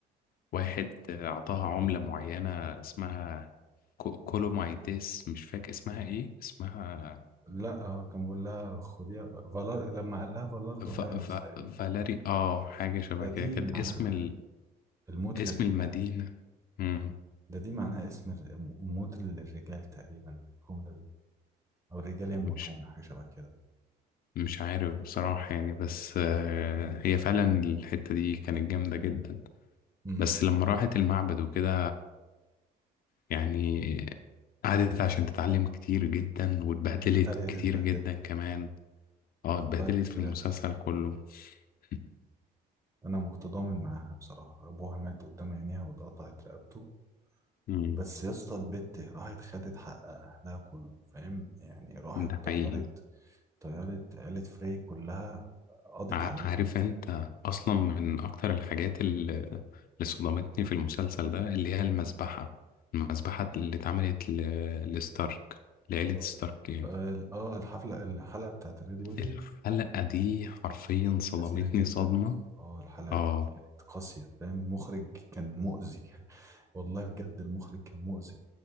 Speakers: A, on the left; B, on the right.
A: واحد أعطاها عملة معينة اسمها كو- كولومايديس مش فاكر اسمها ايه اسمها
B: لا هو كان بيقول لها خديها فالار لما قال لها فالاردو
A: ف...
B: هايرس
A: ف...
B: تقريبا
A: فالاري اه حاجة شبه
B: ده
A: كده
B: دي
A: كانت
B: معناها
A: اسم ال...
B: الموت
A: اسم
B: للرجال
A: المدينة مم.
B: ده دي معناها اسم الر- موت للرجال تقريبا الجملة دي أو الرجال يموتون
A: مش
B: حاجة شبه كده
A: مش عارف بصراحة يعني بس آه، هي فعلا الحتة دي كانت جامدة جدا
B: امم
A: بس لما راحت المعبد وكده يعني قعدت عشان تتعلم كتير جدا واتبهدلت
B: أريا
A: كتير
B: دي اتبهدلت
A: جدا كمان اه اتبهدلت
B: طيب بجد
A: في المسلسل كله <laughs>
B: أنا متضامن معاها بصراحة أبوها مات قدام عينيها واتقطعت رقبته
A: مم.
B: بس يا اسطى البت راحت خدت حق أهلها كله فاهم يعني راحت
A: ده
B: طيرت
A: حقيقي
B: طيرت عيلة فري كلها قضت
A: ع-
B: عليهم
A: عارف انت اصلا من اكتر الحاجات اللي اللي صدمتني في المسلسل ده اللي هي المذبحة المذبحة اللي اتعملت ل- لستارك لعيلة
B: اه
A: ستارك يعني
B: آه، الحفلة الحلقة بتاعت الريد ويدنج
A: الحلقة دي حرفيا صدمتني
B: حزينة جدا
A: صدمة
B: يا اسطى. اه الحلقة
A: اه
B: دي كانت قاسية فاهم المخرج كان مؤذي <laughs> والله بجد المخرج كان مؤذي